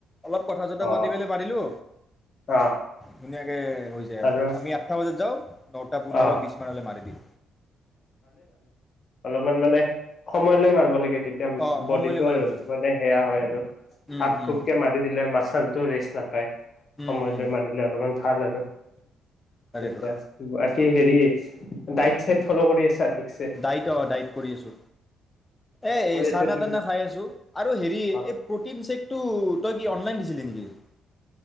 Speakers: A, on the left; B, on the left.
A: অলপ কথা জত
B: অ
A: পাতি পেললে মাতিলো
B: অ
A: ধুনীয়াকে <inaudible>
B: আৰু
A: আমি আঠটা বজাত যাওঁ নটা পোন্ধৰৰ
B: অ',
A: বিশ মানলৈ মাৰি দিম
B: মান-মানে সময় লৈ মাৰিব লাগে। তেতিয়া
A: অঁ
B: বডিটোৰ
A: সময়লৈ মাৰিব লাগে
B: মানে সেয়া হয় আৰু
A: উম
B: খাপ
A: উম
B: খুপকে মাৰি দিলে মাচালতটো ৰেষ্ট নাপায়
A: উম
B: সময়
A: উম
B: লৈ মাৰিলে অলপমান খা <unintelligible>
A: তাকেতো
B: এেইতিয়া কি হেৰি দায়িত চাই ফল কৰি ঠিকছে
A: ডাইট অ ডাইট কৰি আছো এ
B: হৈ আছে
A: চানা
B: ঠিকে
A: তানা খাই আছো আৰু হেৰি এই
B: অ',
A: প্ৰতিন চেকটো তই কি অনলাই দিছিলে নেকি এ